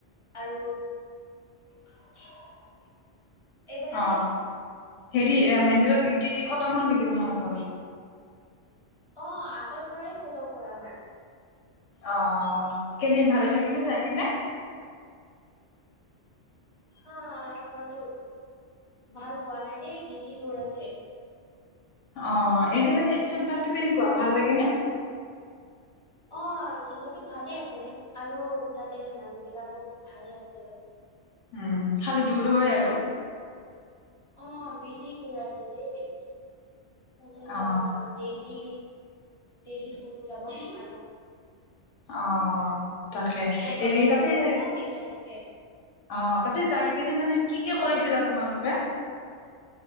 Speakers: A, on the left; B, on the left.
A: আৰু
B: <unintelligible>
A: এইবিলাকে
B: অ হেৰি মেণ্টেলৰ ডিউটি খতম হ'ল নেকি তোমালোকৰ?
A: অ আগৰ পৰাই খতম হ'ল আমাৰ
B: অ কেনে ভালেই লাগেনে যাই কেনে?
A: অ মইতো ভাল পোৱা নাই দেই বেছি দূৰ আছে।
B: অ এনে মানে চেণ্টাৰটো কেনেকুৱা ভাল লাগে নে?
A: অ চেন্টাৰটো ভালেই আছে আৰু তাতে মানুহ বিলাকো ভালে আছে।
B: উম খালি দূৰ হয় আৰু
A: অ বেছি দূৰ আছে দেই মই মই
B: অ
A: যাব নোৱাৰো ডেইলি, ডেইলি ত যাব নোৱাৰো।
B: অ তাকে
A: কঁকাল
B: এৰি তাতে
A: চকাল চব বিষাই থাকে
B: অ তাতে যাই কিনে মানে কি কি কৰিছিলা তোমালোকে?